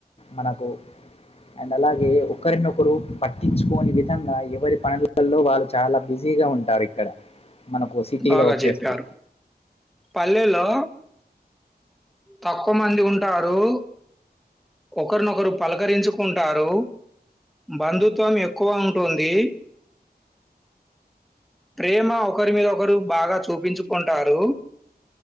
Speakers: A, on the left; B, in the centre.
A: మనకు అండ్ అలాగే ఒకరినొకరు పట్టించుకోని విధంగా ఎవరి పనులలో వాళ్ళు చాలా బిజీగా ఉంటారు ఇక్కడ మనకు సిటీలో
B: బాగా
A: వచ్చేస్తే
B: చెప్పారు పల్లెలో తక్కువ మంది ఉంటారు ఒకరినొకరు పలకరించుకుంటారు బంధుత్వం ఎక్కువ ఉంటుంది ప్రేమ ఒక ఒకరి మీద ఒకరు బాగా చూపించు ఉంటారు